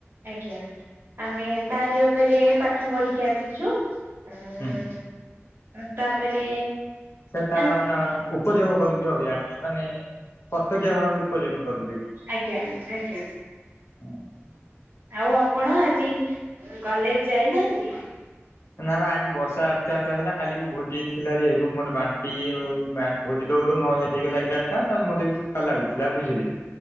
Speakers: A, on the right (about 55°); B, on the left (about 65°).
A: ଆଜ୍ଞା ଆମେ ତାରି ଉପରେ ପାଠ ପଢି଼କି ଆସିଛୁ। ଉଁ
B: ହୁଁ।
A: ତାପରେ
B: <unintelligible>
A: ଆଜ୍ଞା
B: ମାନେ ଉପଯୋଗ କରୁଚୁ ଆଉ ଜାଣିକି ମାନେ ପ୍ରତ୍ୟକ୍ଷ ଭାବରେ ଉପଯୋଗ କରୁ
A: ଆଜ୍ଞା ଆଜ୍ଞା।
B: ହୁଁ ।
A: ଆଉ ଆପଣ ଆଜି କଲେଜ ଯାଇନାହାନ୍ତି?
B: ନା ବା ଆଜି ବର୍ଷା ଅତ୍ୟନ୍ତ ହେଲା କାଲି ଭୋଜି ଥିଲା ଯେହେତୁ ମୋତେ <unintelligible> ଭୋଜି ତ <unintelligible> ହେଇଗଲା ଏଗାରଟା ତାପରେ ମତେ ବି ଥକା ଲାଗୁଥିଲା ବୁଝିଲେ